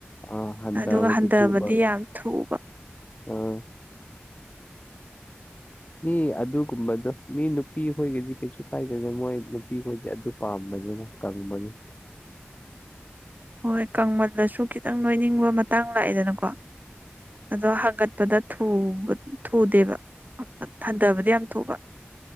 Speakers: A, on the left; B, on the right.
A: ꯑꯥ ꯍꯟꯊꯕꯗꯤ
B: ꯑꯗꯨꯒ ꯍꯟꯊꯕꯗꯤ
A: ꯊꯨꯕ
B: ꯌꯥꯝ ꯊꯨꯕ
A: ꯑꯥ
B: <inaudible>
A: ꯃꯤ ꯑꯗꯨꯒꯨꯝꯕꯗꯣ ꯃꯤ ꯅꯨꯄꯤ ꯈꯣꯏꯒꯤꯗꯤ ꯀꯩꯁꯨ ꯀꯥꯏꯗꯦꯗ ꯃꯣꯏ ꯅꯨꯄꯤ ꯈꯣꯏꯗꯤ ꯑꯗꯨ ꯄꯥꯝꯕꯒꯤꯅ ꯇꯥꯅꯤꯡꯕꯒꯤ
B: ꯍꯣꯏ ꯀꯃꯟꯗꯁꯨ ꯈꯤꯇꯪ ꯅꯣꯏꯅꯤꯡꯕ ꯃꯇꯥꯡ ꯂꯥꯛꯑꯦꯗꯅꯀꯣ ꯑꯗꯣ ꯍꯥꯡꯒꯠꯄꯗ ꯊꯨꯗꯦꯕ ꯍꯟꯊꯕꯗꯤ ꯌꯥꯝ ꯊꯨꯕ